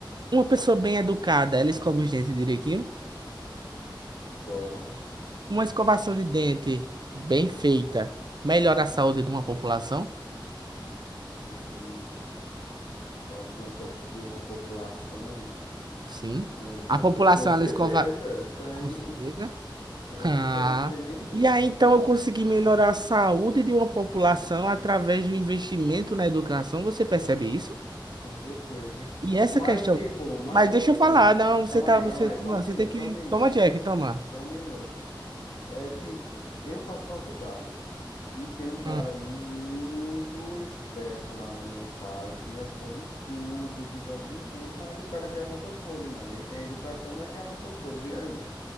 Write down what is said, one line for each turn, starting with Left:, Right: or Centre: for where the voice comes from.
Right: Uma pessoa bem educada, ela escova os dentes direitinho?
Left: escova,
Right: Uma escovação de dente bem feita melhora a saúde de uma população?
Left: um, tal de, um, pe- de uma população,
Right: Sim.
Left: uma educação.
Right: A população,
Left: Com certeza,
Right: ela escova...
Left: isso aí,
Right: Com certeza. <laughs>
Left: isso aí
Right: Ah,
Left: a pessoa não tem nem dúvidas.
Right: e aí, então, eu consegui melhorar a saúde de uma população através do investimento na educação. Você percebe isso?
Left: Com certeza.
Right: E essa
Left: Mas,
Right: questão.
Left: tipo, mais
Right: Mas deixa
Left: isso,
Right: eu falar,
Left: meu mano.
Right: não,
Left: Calma
Right: você tá.
Left: aí,
Right: Você,
Left: calma aí, só
Right: não,
Left: um
Right: você
Left: minuto,
Right: tem que.
Left: só um minuto,
Right: Toma, Jack, toma.
Left: só um minuto. É tipo, eu faço faculdade e tem um cara
Right: Hum.
Left: muito esperto lá na minha sala que responde tudo, que sabe de tudo, mas o cara tem a boca podre, mano. Ele tem a educação, mas tem a boca podre. E aí?